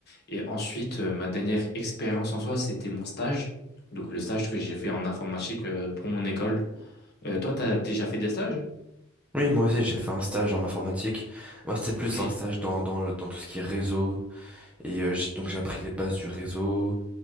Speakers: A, on the left; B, in the centre.
A: Et ensuite, euh, ma dernière expérience en soi, c'était mon stage. Donc, le stage que j'ai fait en informatique euh, pour mon école. Euh, toi, t'as déjà fait des stages?
B: Oui, moi aussi, j'ai fait un stage en informatique. Moi, c'était plus
A: Ok,
B: un stage dans, dans, le- dans tout ce qui est réseau. Et euh, j'ai- donc, j'ai appris les bases du réseau.